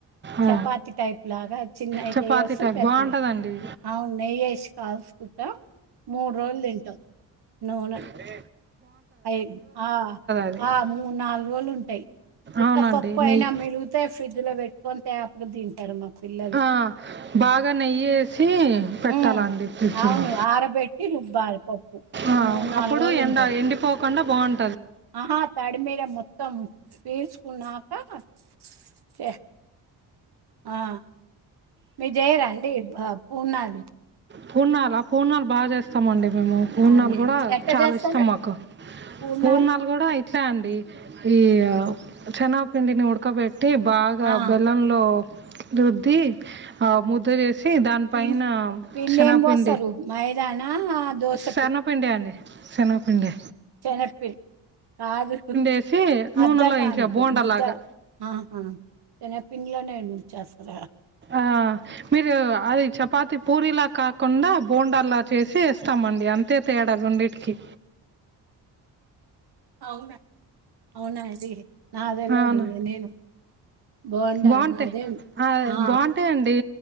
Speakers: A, on the right; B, on the right.
A: ఆ,
B: చపాతి టైప్ లాగా చిన్నవి
A: చపాతీ
B: చెయ్యొస్త
A: టైప్
B: పెద్దయి
A: బాగుంటుందండి
B: అవును నెయ్యేసి కాల్చుకుంటం మూడు రోజులు తింటాం నూనె
A: బే
B: అయి ఆ
A: అది
B: ఆ మూడ్ నాలుగు రోజులు ఉంటయి ఉత్త
A: అవునండి
B: పప్పు
A: నెయ్యి
B: అయినా మిగులుతే ఫ్రిడ్జ్ లో పెట్టుకొని తేపకి తింటరు‌ మా పిల్లలు
A: ఆ బాగా నెయ్యేసి పెట్టాలండి
B: హ్మ్.
A: ఫ్రిడ్జ్
B: అవును.
A: లో
B: ఆరబెట్టి రుబ్బాలి పప్పు.
A: ఆ
B: మూ
A: అప్పుడు
B: రోజులుంటది.
A: ఎండ ఎండిపో కుండా బావుం
B: ఆహా తడి మీద మొత్తం పీల్చుకున్నా హ చ్ ఆ మీర్ చేయరాండి ప పూర్ణాలు
A: పూర్ణాలా పూర్ణాలు బాచేస్తమండి మేము పూర్ణల్గుడా
B: అవునా! ఎట్ట
A: చాలా
B: జేస్తారు
A: ఇష్టం మాకు
B: పూర్ణాలు?
A: పూర్ణల్గుడా ఇట్లే అండి ఈ చెనగ పిండిని ఉడ్కబెట్ టి బాగా
B: ఆ!
A: బెల్లంలో రుద్ధి! ఆ ముద్ద దానిపైన
B: పిం పిండేం
A: శనపిండి
B: బోస్తారు? మైదానా? దోస
A: శనపిండి అండి శనగ్ పిండి
B: చెనగపిండి కాదు
A: వేసి నూనెలో
B: అద్దటానికి
A: వేయించా బోండాలాగా
B: ముద్ద ఆహా చెనగపిండిలోనే చెస్తరా
A: ఆహ్ మీరు అది చపాతి పూరిలా కాకుండా బోండాలా చేసి ఇస్తామండి అంతే తేడా రెండిటికి
B: అవునా అవునాండి నాదేలా
A: అవునండి
B: ఒదింది నేను బావుంటాది
A: బాగుంటాయి
B: అదే
A: ఆహా
B: ఆ!
A: బాగుంటాయి అండి